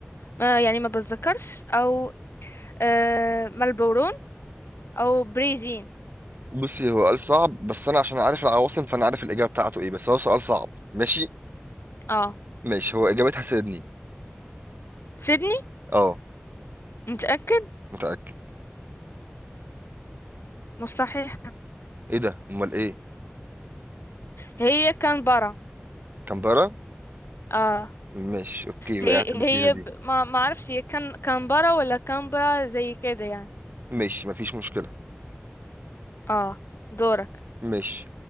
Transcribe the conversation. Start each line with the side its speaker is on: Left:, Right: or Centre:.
Left: ما يعني ما بتذكرش او آه، ملبورون او بريزين
Right: بصي هو قال صعب بس انا عشان عارف العواصم فانا عارف الاجابه بتاعته ايه بس هو سؤال صعب ماشي
Left: اه
Right: ماشي هو اجابتها سيدني
Left: سيدني
Right: اه
Left: متأكد
Right: متاكد
Left: مستحيل
Right: ايه ده امال ايه
Left: هي كانبرا
Right: كامبرا
Left: اه
Right: ماشي اوكي وقعت
Left: هي
Right: انا
Left: هي
Right: فيها دي
Left: ب... ما ما اعرفش هي كان كانبرا ولا كانبرا زي كده يعني
Right: ماشي مفيش مشكلة
Left: اه دورك
Right: ماشي